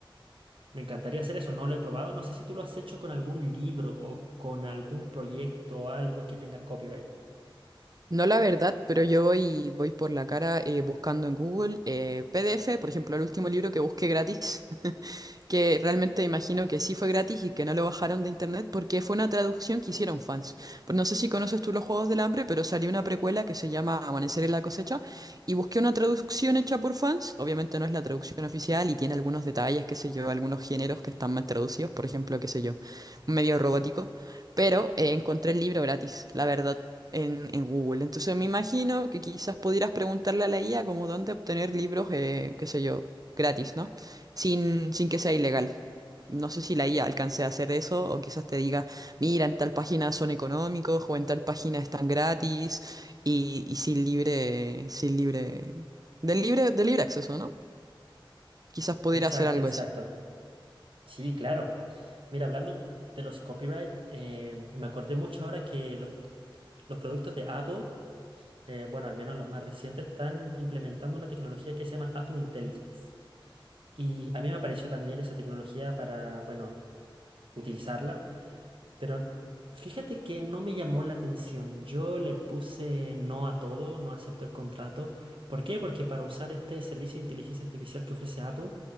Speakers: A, on the right (about 70°); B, on the right (about 45°).
A: Me encantaría hacer eso, no lo he probado. No sé si tú lo has hecho con algún libro o con algún proyecto o algo que tenga copyright.
B: No la verdad, pero yo voy, voy por la cara eh, buscando en Google eh, PDF, por ejemplo, el último libro que busqué gratis que realmente imagino que sí fue gratis y que no lo bajaron de internet porque fue una traducción que hicieron fans. Pues no sé si conoces tú los Juegos del Hambre, pero salió una precuela que se llama Amanecer en la cosecha y busqué una traducción hecha por fans. Obviamente no es la traducción oficial y tiene algunos detalles, qué sé yo, algunos géneros que están mal traducidos, por ejemplo, qué sé yo, un medio robótico, pero eh, encontré el libro gratis, la verdad en, en Google. Entonces me imagino que quizás pudieras preguntarle a la IA como dónde obtener libros, eh, qué sé yo, gratis, ¿no? sin, sin que sea ilegal. No sé si la IA alcance a hacer eso o quizás te diga, mira, en tal página son económicos o en tal página están gratis y, y sin libre, sin libre, del libre, de libre acceso, ¿no? Quizás pudiera
A: Exacto,
B: hacer algo
A: exacto.
B: así.
A: Sí, claro. Mira, hablando de los copyright, eh, me acordé mucho ahora que los, los productos de Apple, eh, bueno, al menos los más recientes, están implementando una tecnología que se llama Apple Intelligence. Y a mí me apareció también esa tecnología para, bueno, utilizarla. Pero fíjate que no me llamó la atención. Yo le puse no a todo, no acepto el contrato. ¿Por qué? Porque para usar este servicio de inteligencia artificial que ofrece Apple,